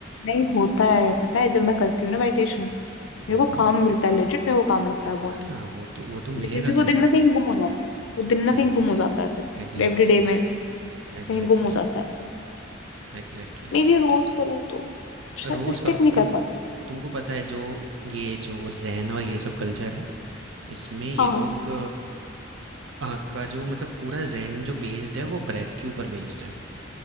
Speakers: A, on the left; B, on the right.
A: नहीं होता है पता है जब मैं करती हूँ ना मेडिटेशन
B: हुँ,
A: मेरे को काम मिलता है लेजिट मेरे को काम लगता है बहुत
B: हाँ, वो तो वो तो मिलेगा
A: लेकिन फिर वो
B: तुमको।
A: दिन ना कहीं गुम हो जाता है वो दिन ना
B: हुँ,
A: कहीं गुम हो जाता है फिर
B: एग्ज़ैक्टली,
A: एवरी डे में
B: एग्ज़ैक्टली,
A: कहीं गुम हो जाता है
B: एग्ज़ैक्टली।
A: मे बी रोज
B: तो
A: करूँ तो शायद
B: रोज़
A: मैं स्टिक
B: करोगे
A: नहीं कर
B: तुमको
A: पाती
B: तुमको पता है जो ये जो ज़ेन और ये सब कल्चर है, इसमें ये
A: हाँ
B: लोग अ, का जो मतलब पूरा ज़ेन जो बेस्ड है, वो ब्रेथ के ऊपर बेस्ड है